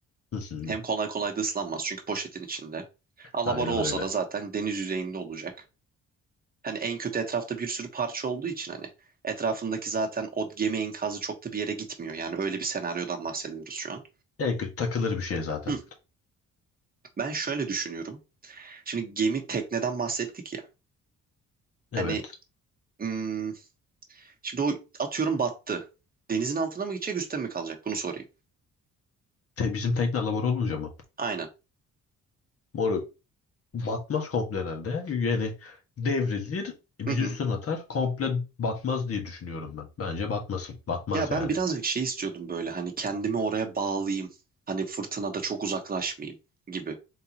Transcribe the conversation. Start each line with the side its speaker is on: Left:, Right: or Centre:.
Left: Hı hı.
Right: Hem kolay kolay da ıslanmaz çünkü poşetin içinde. Alabora
Left: Aynen
Right: olsa
Left: öyle.
Right: da zaten deniz yüzeyinde olacak. Hani en kötü etrafta bir sürü parça olduğu için hani etrafındaki zaten o gemi enkazı çok da bir yere gitmiyor. Yani öyle bir senaryodan bahsediyoruz şu an.
Left: En kötü takılır bir şey zaten.
Right: Hı. Ben şöyle düşünüyorum. Şimdi gemi tekneden bahsettik ya.
Left: Evet.
Right: Hani hmm, şimdi o atıyorum battı. Denizin altına mı gidecek üstte mi kalacak? Bunu sorayım.
Left: Te, bizim tekne alabora olunca mı?
Right: Aynen.
Left: Moruk batmaz komple herhalde. Yani devrilir bir
Right: Hı hı.
Left: üstüne atar. Komple batmaz diye düşünüyorum ben. Bence batmasın. Batmaz
Right: Ya ben
Left: yani.
Right: birazcık şey istiyordum böyle hani kendimi oraya bağlayayım. Hani fırtınada çok uzaklaşmayayım gibi.